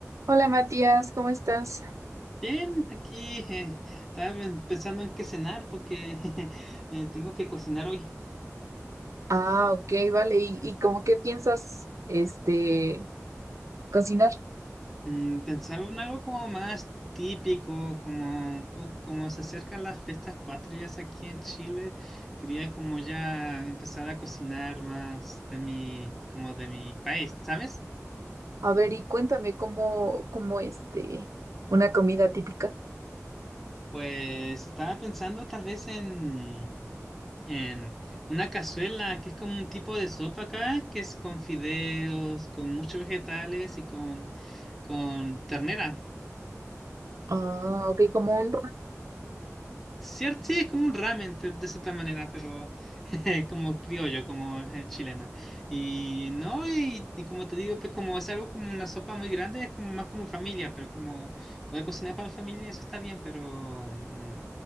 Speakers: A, on the right; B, in the centre.
A: Hola Matías, ¿cómo estás?
B: Bien, aquí eh, estaba bien pensando en qué cenar porque <laughs> eh, tengo que cocinar hoy.
A: Ah, ok, vale. ¿Y, y cómo qué piensas, este, cocinar?
B: Mm, pensaba en algo como más típico, como, un po- como se acercan las fiestas patrias aquí en Chile. Quería como ya empezar a cocinar más de mi, como de mi país, ¿sabes?
A: A ver, y cuéntame cómo, cómo, este, una comida típica.
B: Pues estaba pensando tal vez en en una cazuela, que es como un tipo de sopa acá, que es con fideos, con muchos vegetales y con, con ternera.
A: Ah, ok, como un... ra-
B: Cierto, sí, es como un ramen pe- de cierta manera, pero <laughs> como criollo, como eh, chileno. Y no, y, y como te digo, pues como es algo como una sopa muy grande, es como más como familia, pero como voy a cocinar para mi familia, eso está bien, pero mm,